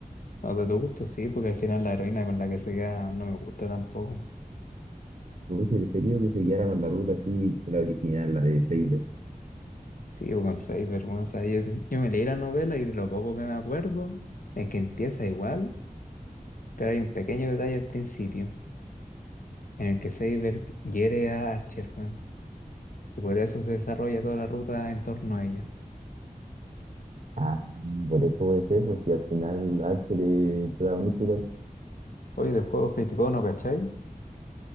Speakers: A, on the left; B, on the right.
A: No, de tu gusto sí, porque al final la heroína con la que se queda no me gusta tampoco.
B: Me hubiese preferido que se quedara con la ruta así, la original, la de Fate.
A: Sí, o con Cyber, bueno, o yo, yo me leí la novela y de lo poco que me acuerdo es que empieza igual, pero hay un pequeño detalle al principio en el que Saber hiere a Archer, weón, y por eso se desarrolla toda la ruta en torno a ella.
B: Ah, por eso puede ser, pues si al final H de protagonista igual.
A: Oye, del juego Fate Go, ¿no cachai?